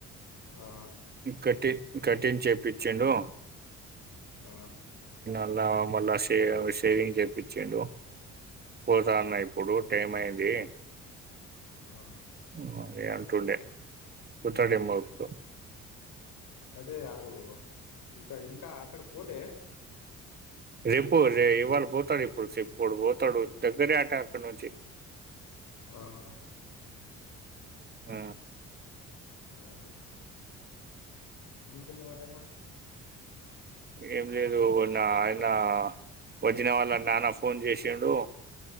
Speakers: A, on the left (about 70°); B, on the right (about 30°).
A: ఆ
B: కట్టి కటింగ్ చేపించుండు
A: ఆ
B: న మళ్ళా షే షేవింగ్ చెపించిండు పో తన్నాయి
A: ఆ
B: ఇప్పుడు టైం అయింది
A: ఆ
B: ఇ అ అదే పోతాడేమో ఎప్పుడూ
A: అదే ఆడు ఇక ఇంకా అక్కడ్ పోలే
B: రేపు రే ఇవాళ పోతాడు ఇప్పుడు ప్చ్ ఇప్పుడు పోతాడు దగ్గరే అట అక్కడ్ నుంచి
A: ఆహ
B: ఆ
A: హమ్ ఇంకేందిమరన్నా
B: ఏం లేదున్న ఆయన వచ్చిన వాళ్ళ నాన్న ఫోన్ చేసడు